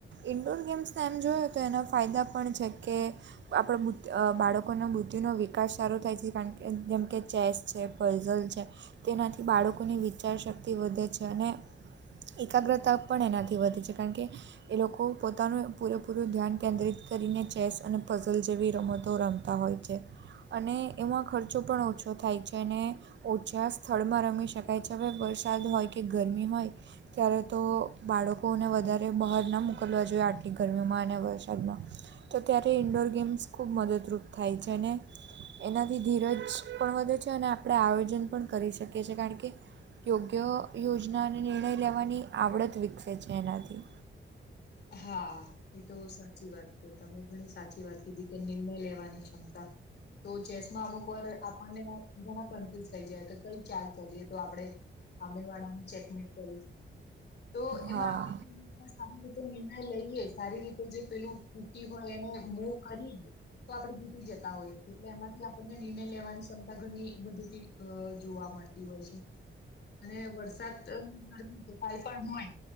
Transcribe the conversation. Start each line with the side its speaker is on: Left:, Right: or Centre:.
Right: ઇન્ડોર ગેમ્સને એમ જોઈએ તો એના ફાયદા પણ છે કે આપણા બુદ્ધ અ બાળકોનો બૃદ્ધિનો વિકાસ સારો થાય છે કારણ કે જેમકે ચેસ છે ફઝલ છે તેનાથી બાળકોની વિચાર શક્તિ વધે છે અને એકાગ્રતા પણ એનાથી વધે છે કારણ કે એ લોકો પોતાનું પૂરે પૂરું ધ્યાન કેન્દ્રિત કરીને ચેસ અને ફઝલ જેવી રમતો રમે હોય છે અને એમાં ખર્ચો પણ ઓછો થાય છે અને <unintelligible> સ્થળમાં રમી શકાય છે હવે વરસાદ હોય કે ગરમી હોય ત્યારે તો બાળકોને વધારે બહાર ન મોકલવા જોઈએ આટલી ગરમીમાં અને વરસાદમાં તો ત્યારે ઇન્ડોર ગેમ્સ ખૂબ મદદરૂપ થાય છે અને એનાથી ધીરજ પણ વધે છે અને આપણે આયોજન પણ કરી શકીએ છીએ કારણ કે યોગ્ય યોજના અને નિર્ણય લેવાની આવડત વિકસે છે એનાથી
Left: હા. એ તો સાચી વાત કીધી તમે ઘણી સાચી વાત કીધી કે નિર્ણય લેવાની ક્ષમતા તો ચેસમાં અમુક વાર આપણને ઘણા કન્ફ્યુઝ થઈ જાય તો કઈ ચાલ ચલી તો આપણે હામે વાળાના ચેકમેટ <unintelligible> તો એમાં
Right: હા
Left: આપણે સારી રીતે નિર્ણય લઈએ સારી રીતે જે પેલું <unintelligible> હોય એને મોવ કરી તો આપણે ભૂલી જતા હોઈએ એટલે એમાંથી આપણને નિર્ણય લેવાની ક્ષમતા ઘણી <unintelligible> અ જોવા મળતી હોય છે. અને વરસાદ પણ હોય